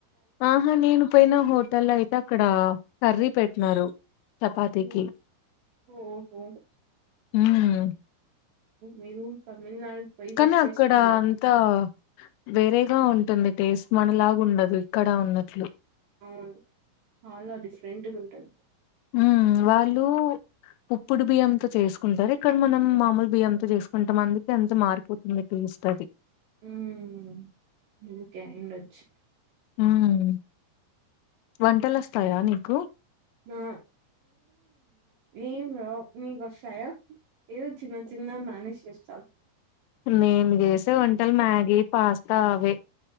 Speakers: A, on the left; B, on the right.
A: ఆహా నేను పోయిన హోటల్ అయితే అక్కడ కర్రీ పెట్టినారు చపాతీకి.
B: హు ఊహు
A: హ్మ్
B: మీరు తమిళనాడు పోయి
A: కానీ
B: మిస్ చేసుకున్నారు
A: అక్కడ అంతా వేరేగా ఉంటుంది టేస్ట్ మనలాగా ఉండదు ఇక్కడ ఉన్నట్లు
B: అవును ఆల్ల డిఫరెంట్ గుంటారు
A: ఉ వాళ్ళు ఉప్పుడు బియ్యంతో చేసుకుంటారు ఇక్కడ మనం మామూలు బియ్యంతో చేసుకుంటాం అందుకే అంత మారిపోతుంది టేస్ట్ అది
B: హ్మ్ ఇంకే అయివుండచ్చు
A: మ్మ్ వంటలు వస్తాయా నీకు
B: ఆ <inaudible> నీకొస్తాయా ఏదో చిన్న చిన్నగా మ్యానేజ్ చేస్తా
A: మేను చేసే వంటలు మ్యాగీ, పాస్తా అవే